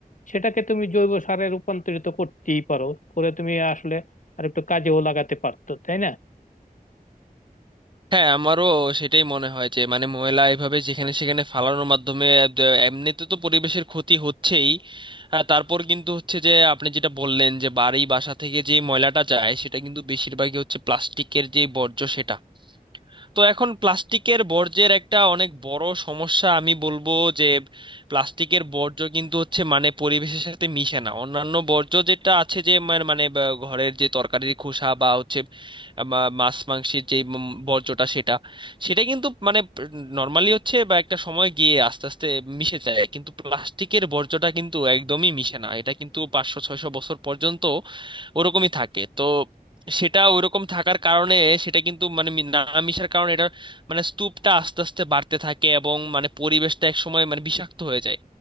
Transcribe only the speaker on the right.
হ্যাঁ আমারও সেটাই মনে হয় যে মানে ময়লা এভাবে যেখানে সেখানে ফালানোর মাধ্যমে দ- এমনিতে তো পরিবেশের ক্ষতি হচ্ছেই আহ, তারপর কিন্তু হচ্ছে যে আপনি যেটা বললেন যে বাড়ি বাসা থেকে যে ময়লাটা যায় সেটা কিন্তু বেশিরভাগই হচ্ছে প্লাস্টিকের যে বর্জ্য সেটা তো এখন প্লাস্টিকের বর্জ্যের একটা অনেক বড় সমস্যা আমি বলবো যে প্লাস্টিকের বর্জ্য কিন্তু হচ্ছে মানে পরিবেশের সাথে মিশে না অন্যান্য বর্জ্য যেটা আছে যে মানে মানে বা ঘরের যে তরকারির খোসা বা হচ্ছে মা- মাছ মাংসের যে উম বর্জ্যটা সেটা সেটা কিন্তু মানে নর্মালি হচ্ছে বা একটা সময় গিয়ে আস্তে আস্তে মিশে যায় কিন্তু প্লাস্টিকের বর্জ্যটা কিন্তু একদমই মিশে না এটা কিন্তু পাঁচশো ছয়শো বছর পর্যন্ত ওরকমই থাকে তো সেটা ওইরকম থাকার কারণে সেটা কিন্তু মানে মি- না মিশার কারণে এটা মানে স্তূপটা আস্তে আস্তে বাড়তে থাকে এবং মানে পরিবেশটা এক সময় মানে বিষাক্ত হয়ে যায়